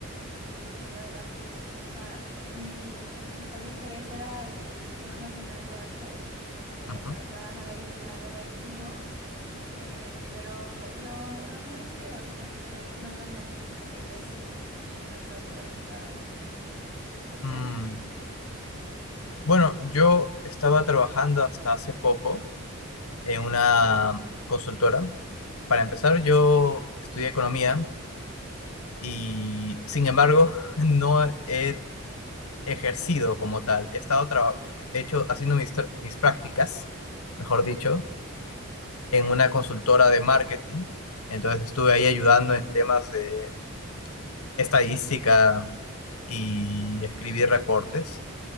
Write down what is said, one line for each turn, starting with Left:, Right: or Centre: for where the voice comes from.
Right: pues, de historia del arte. O sea, mi principal interés era el Museo Nacional de Arte eh,
Left: Ujú.
Right: para trabajar ahí en el área de archivo. Eh, pero lo, lo malo es que ahorita pues no hay, no hay vacantes disponibles y, y no creo poder entrar ahí. ¿Y
Left: Mm,
Right: tú?
Left: Bueno, yo estaba trabajando hasta hace poco en una consultora. Para empezar, yo estudié economía y, sin embargo, <laughs> no he ejercido como tal. He estado traba- hecho, haciendo mis, tra- mis prácticas, mejor dicho, en una consultora de marketing. Entonces estuve ahí ayudando en temas de estadística y escribir reportes,